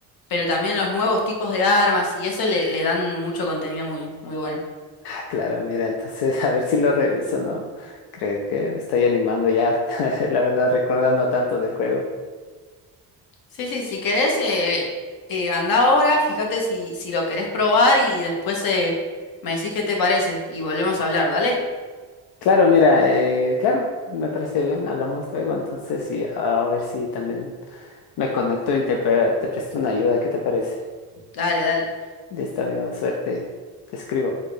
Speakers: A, on the left; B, on the left.
A: pero también los nuevos tipos de armas y eso le, le dan mucho contenido muy, muy bueno.
B: Ah, claro, mira, entonces <laughs> a ver si lo reviso, ¿no? Creo que me estoy animando ya, <laughs> la verdad, recordando tanto del juego.
A: Sí, sí, si querés, eh, eh, anda ahora, fíjate si, si lo querés probar y después eh, me decís qué te parece y volvemos a hablar, ¿dale?
B: Claro, mira, eh, claro, me parece bien, hablamos luego, entonces y a ver si también me conecto y te, pre- te presto una ayuda, ¿qué te parece?
A: Dale, dale.
B: Listo, amigo, suerte, te escribo.